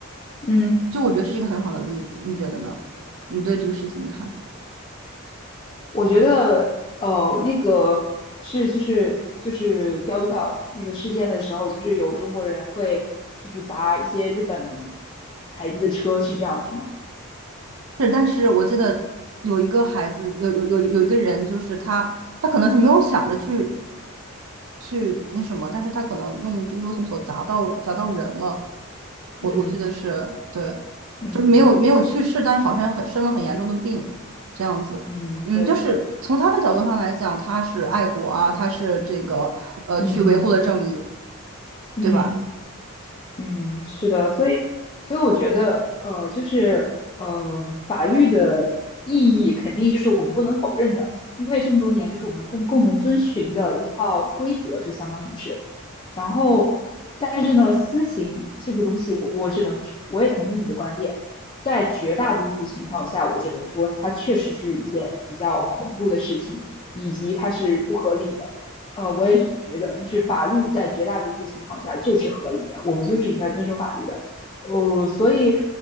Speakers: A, on the left (about 20°); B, on the right (about 65°).
A: 嗯
B: 就我觉得这是一个很好的例子，你觉得呢？你对这个事情的看法。
A: 我觉得，呃，那个是就是就是钓鱼岛那个事件的时候，就是有中国人会就是砸一些日本牌子的车，是这样是吗？
B: 是，但是我记得有一个孩子，有有有有一个人，就是他，他可能是没有想着去去那什么，但是他可能用这个 U 型锁砸到砸到人了。我我记得是对，
A: 嗯嗯
B: 就是没有没有去世，但是好像很生了很严重的病这样子。
A: 嗯，
B: 嗯，
A: 对，
B: 就是从他的角度上来讲，他是爱国啊，他是这个呃去维护了正义，
A: 嗯嗯。嗯。
B: 对吧？
A: 嗯，是的，所以，所以我觉得，呃，就是，呃，法律的意义肯定就是我们不能否认的，因为这么多年就是我们共共同遵循的一套规则，就相当于是。然后，但是呢，私刑这个东西我，我只能说，我也同意你的观点，在绝大多数情况下，我只能说它确实是一件比较恐怖的事情，以及它是不合理的。呃，我也觉得，就是法律在绝大多数情况下就是合理的，我们就是应该遵守法律的。呃，所以